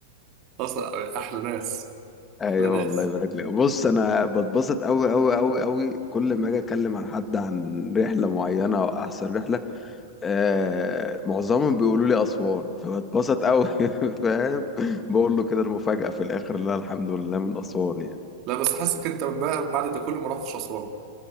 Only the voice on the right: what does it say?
اصلا احلى ناس
احلى ناس
لا بس حاسك انت بقى بعد ده كله ما رحتش اسوان